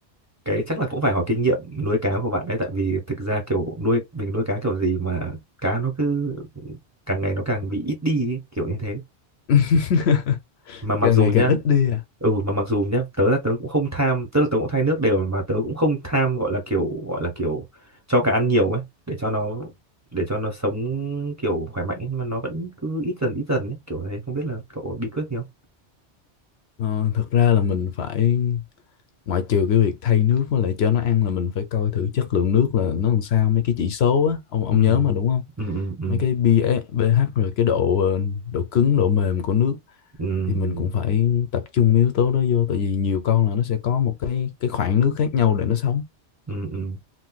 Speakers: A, on the right; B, on the left.
A: cái chắc là cũng phải hỏi kinh nghiệm nuôi cá của bạn đấy tại vì thực ra kiểu nuôi mình nuôi cá kiểu gì mà cá nó cứ càng ngày nó càng bị ít đi ấy, kiểu như thế
B: <laughs>
A: mà mặc
B: càng
A: dù
B: ngày
A: nhá
B: càng ít đi à
A: ừ mà mặc dù nhá tớ là tớ cũng không tham tức là tớ cũng thay nước đều mà tớ cũng không tham gọi là kiểu gọi là kiểu cho cá ăn nhiều ấy để cho nó để cho nó sống kiểu khỏe mạnh ấy, nhưng mà nó vẫn cứ ít dần ít dần ấy, kiểu thế không biết là cậu có bí quyết gì không
B: ờ, thật ra là mình phải ngoại trừ cái việc thay nước với lại cho nó ăn là mình phải coi thử chất lượng nước là nó làm sao mấy cái chỉ số á ông ông
A: ừ
B: nhớ mà đúng không
A: ừ ừ ừ
B: mấy cái pH, pH rồi cái độ ờ, độ cứng độ mềm của nước
A: ừ
B: thì mình cũng phải tập trung yếu tố đó vô tại vì nhiều con là nó sẽ có một cái cái khoảng nước khác nhau để nó sống
A: ừ ừ ừ.